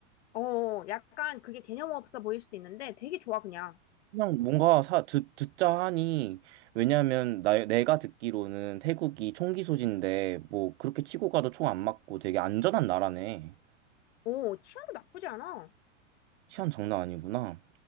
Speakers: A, on the left; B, on the right.
A: 어, 약간 그게 개념 없어 보일 수도 있는데 되게 좋아, 그냥.
B: 그냥 뭔가 사, 듣, 듣자 하니, 왜냐면 나, 내가 듣기로는 태국이 총기 소지인데, 뭐 그렇게 치고 가도 총 안 맞고 되게 안전한 나라네.
A: 어, 치안도 나쁘지 않아.
B: 치안 장난 아니구나.